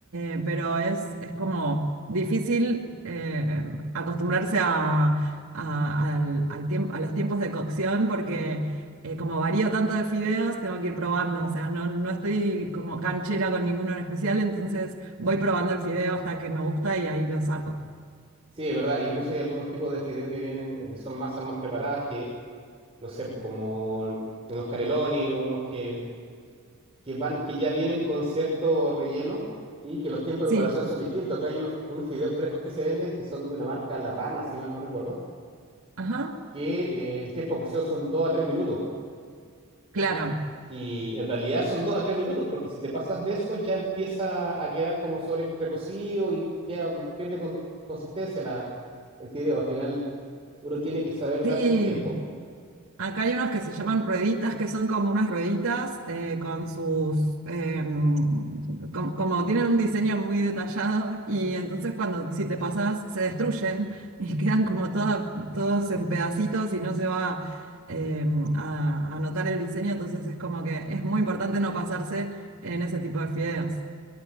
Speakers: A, on the right; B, on the right.
A: eh, pero es, es como difícil eh, acostumbrarse a, a- al, al tiemp- a los tiempos de cocción porque eh, como varío tanto de fideos, tengo que ir probando. O sea, no, no estoy como canchera con ninguno en especial, entonces voy probando el fideo hasta que me gusta y ahí lo saco.
B: Sí, es verdad. Incluso hay algunos tipos de fideos que vienen o que son masas más preparadas que, no sé, pues como unos careloni, unos que, que van, que ya vienen con cierto relleno y que los tiempos
A: Sí,
B: de preparación son distintos. Acá hay unos, unos fideos frescos que se venden que son de una marca La Rana, si mal no recuerdo,
A: ajá,
B: que eh, el tiempo de cocción son dos a tres minutos.
A: claro.
B: Y en realidad son dos a tres minutos, porque si te pasas de eso ya empieza a quedar como sobre recocido y queda, pierde con- consistencia la, el fideo. Al final uno tiene que saber
A: Sí.
B: darse el tiempo.
A: Acá hay unos que se llaman rueditas, que son como unas rueditas eh, con sus, eh, com- como tienen un diseño muy detallado y entonces cuando si te pasas se destruyen y <laughs> quedan como toda- todos en pedacitos y no se va eh, a, a notar el diseño, entonces es como que es muy importante no pasarse en ese tipo de fideos.